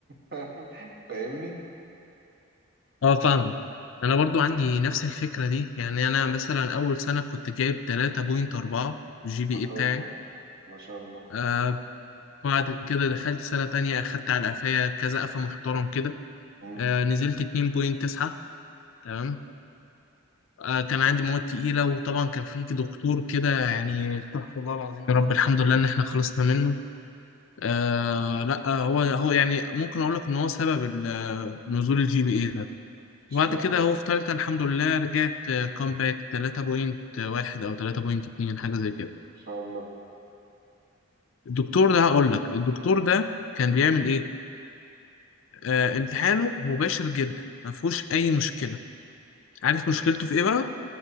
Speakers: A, on the right; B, on the left.
A: <laughs> فاهمني
B: اه فاهمك انا برضو عندي نفس الفكره دي يعني انا مثلا اول سنه كنت جايب 3.4 الجي بي
A: ما شاء
B: اي بتاعي
A: الله ما شاء الله
B: آه بعد كده دخلت سنه تانية اخدت على قفايا كذا قفا محترم كده
A: مم.
B: آه نزلت 2.9 تمام آه كان عندي مواد تقيله وطبعا كان في دكتور كده يعني استغفر الله العظيم يا رب الحمد لله ان احنا خلصنا منه آه لا هو هو يعني ممكن اقول لك ان هو سبب ال- نزول الجي بي اي ده.
A: اشمعنى
B: وبعد كده هو في تالتة الحمد لله رجعت كومباك 3.1 أو 3.2 حاجة زي كده
A: ما شاء الله
B: الدكتور ده هقول لك الدكتور ده كان بيعمل إيه؟ آه امتحانه مباشر جدا ما فيهوش أي مشكلة عارف مشكلته في إيه بقى؟